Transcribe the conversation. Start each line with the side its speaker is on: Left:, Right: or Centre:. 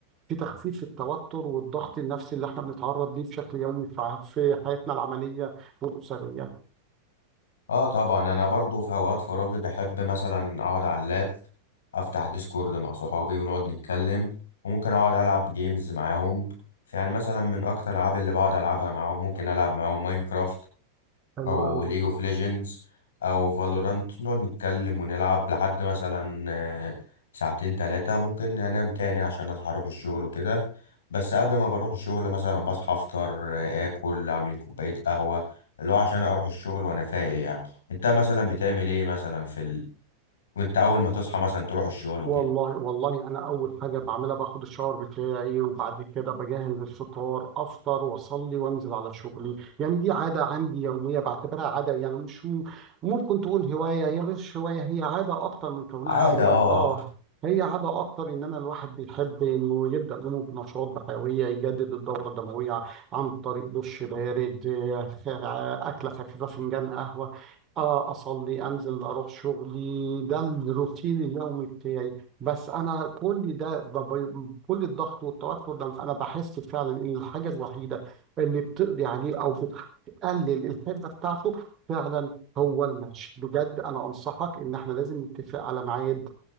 Right: في تخفيف في التوتر والضغط النفسي اللي احنا بنتعرض ليه بشكل يومي في في حياتنا العملية والأسرية
Left: اه طبعا انا برضو في اوقات فراغي بحب مثلا اقعد على اللاب افتح ديسكورد مع صحابي ونقعد نتكلم وممكن اقعد العب جيمز معاهم يعني مثلا من اكتر الالعاب اللي بقعد العبها معاهم ممكن العب معاهم ماينكرافت
Right: حلو
Left: او
Right: قوي
Left: ليج اوف ليجندز او فالورانت نقعد نتكلم ونلعب لحد مثلا آه، ساعتين تلاتة ممكن انام تاني عشان هروح الشغل وكده بس قبل ما بروح الشغل مثلا بصحى افطر آه، اكل اعمل كوباية قهوة اللي هو عشان اروح الشغل وانا فايق يعني انت مثلا بتعمل ايه مثلا في ال... وانت اول ما تصحى مثلا تروح الشغل وكده
Right: والله والله انا اول حاجه بعملها باخد الشاور بتاعي وبعد كده بجهز الفطار افطر واصلي وانزل على شغلي يعني دي عاده عندي يوميه بعتبرها عاده يعني مش ممكن تقول هوايه هي مش هوايه هي عاده اكتر من كونها
Left: عادة
Right: هوايه
Left: اه
Right: اه
Left: اكتر
Right: هي عاده اكتر ان انا الواحد بيحب انه يبدا يومه بنشاط بحيويه يجدد الدوره الدمويه عن طريق دش بارد آه، اكله خفيفه فنجان قهوه آه أصلي أنزل أروح شغلي ده الروتين اليومي بتاعي بس انا كل ده بب- كل الضغط والتوتر ده انا بحس فعلا ان الحاجه الوحيده اللي بتقضي عليه او بتقلل الحده بتاعته فعلا هو المشي بجد انا انصحك ان احنا لازم نتفق على ميعاد